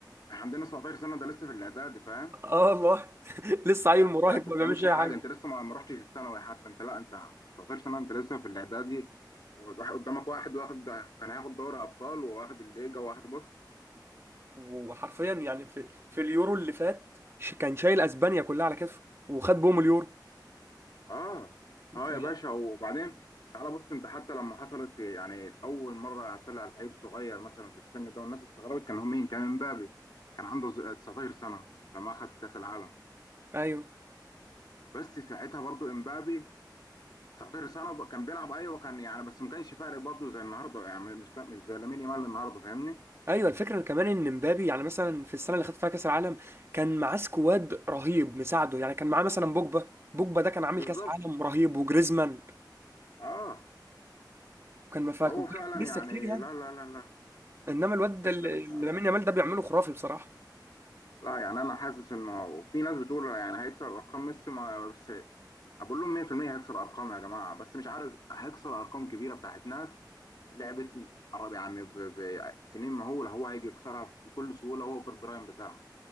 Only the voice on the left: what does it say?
احنا عندنا 17 سنه ده لسه في الاعداد فاهم
يعني
انت انت
ما بتعملش
حاجه
انت لسه ما ما رحتش الثانوي حتى انت لا انت 17 سنه انت لسه في الاعدادي وواحد- قدامك واحد واخد كان هياخد دوري ابطال وواخد الليجا واخد بص
اه اه
يا باشا وبعدين تعالى بص انت حتى لما حصلت يعني اول مره طلع لعيب صغير مثلا في السن ده والناس استغربت كان هو مين كان امبابي كان عنده ز- 19 سنه لما اخد كاس العالم
بس ساعتها برضو امبابي 19 سنه وب- كان بيلعب ايوه كان يعني بس ما كانش فارق برضه زي النهارده يعني مش كان- مش زي لامين يامال النهارده فاهمني
بالظبط
اه
فهو
فعلا
يعني
لا لا لا لا
لسه
لسه
عليه
لا يعني انا حاسس انه هو- في ناس بتقول يعني هيكسر ارقام ميسي ما بس بقول لهم 100% هيكسر ارقام يا جماعه بس مش عارف هيكسر ارقام كبيره بتاعت ناس لعبت قرب يعني ب- بسنين مهوله هو هيجي يكسرها بكل سهوله هو في البرايم بتاعه